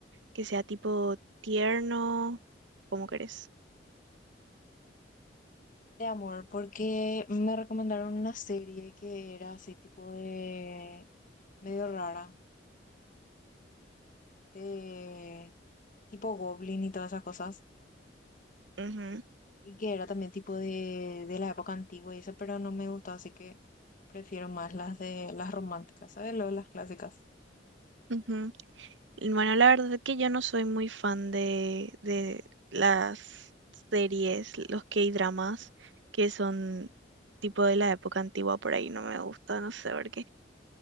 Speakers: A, on the right; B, on the left.
A: que sea tipo tierno, ¿cómo querés?
B: De amor, porque me recomendaron una serie que era así tipo de medio rara, de tipo Goblin y todas esas cosas,
A: Ujú,
B: y que era también tipo de, de la época antigua y eso, pero no me gustó, así que prefiero más las de las románticas, ¿sabes? Lo de las clásicas.
A: ujú. Y Bueno, la verdad es que yo no soy muy fan de, de las series, los K-dramas, que son tipo de la época antigua por ahí, no me gusta, no sé por qué.